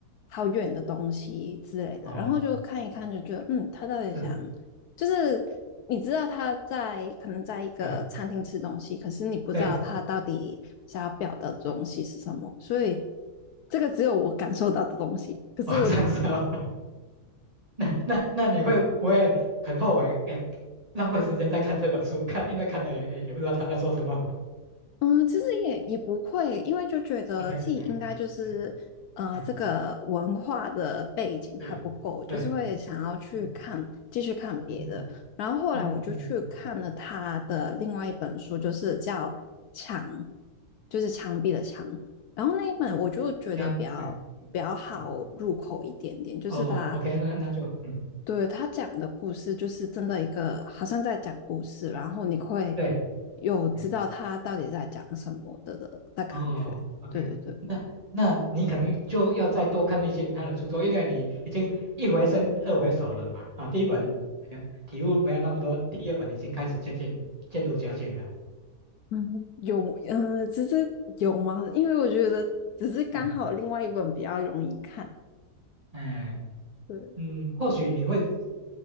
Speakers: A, on the left (about 70°); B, on the right (about 20°).
A: 好远的东西之类的，
B: 哦，
A: 然后就看一看，就觉得，嗯，他到底想，
B: 是，
A: 就是你知道他在可能在一个餐厅吃东西，
B: 对
A: 可是你不知道他到底想要表达的东西是什么，
B: 对，
A: 所以这个只有我感受到的东西，可是我就。
B: 哦，这样子啊，<laughs> 那那那你会不会很后悔？哎，浪费时间在看这本书，看因为看到也也也不知道他在说什么。
A: 嗯，其实也也不会，因为就觉得自己应该就是呃，
B: <laughs> OK，嗯嗯嗯，
A: 这个文化的背景还不够，
B: 对对，
A: 就是会想要去看，
B: 嗯
A: 继续看别的。
B: 嗯嗯
A: 然后后来我就去看了他的另外一本书，
B: 嗯嗯嗯嗯嗯。
A: 就是叫《墙》，就是墙壁的墙。然后那一本我就觉得比较比较好入口一点点，
B: 这样，嗯嗯嗯，
A: 就是它。
B: 哦，OK，那那就嗯，
A: 对，他讲的故事就是真的一个好像在讲故事，然后你会
B: 对，
A: 有知道他到底在讲什么的的的感觉。
B: 嗯，哦，OK，
A: 对对对，
B: 那那你可能就要再多看一些他的著作，因为你已经一回生二回熟了嘛，啊，第一本呃体悟没有那么多，第二本已经开始渐渐渐入佳境了，
A: 嗯，有，嗯，只是有吗？因为我觉得只是刚好另外一本比较容易看。
B: 嗯嗯
A: 对，
B: 嗯，或许你会